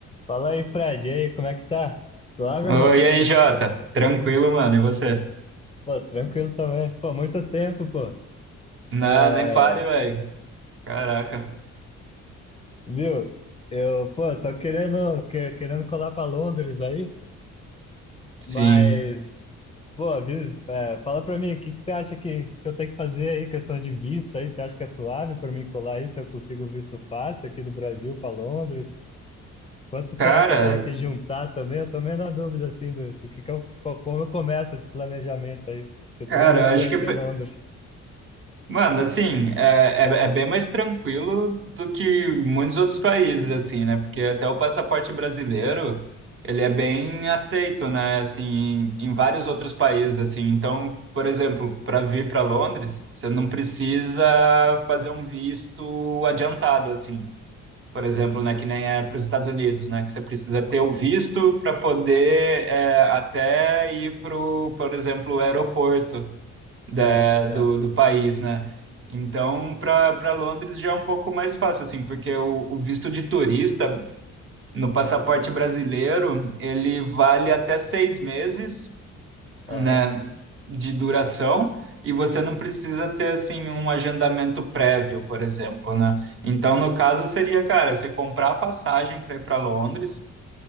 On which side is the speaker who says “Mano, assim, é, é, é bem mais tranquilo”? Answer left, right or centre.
Right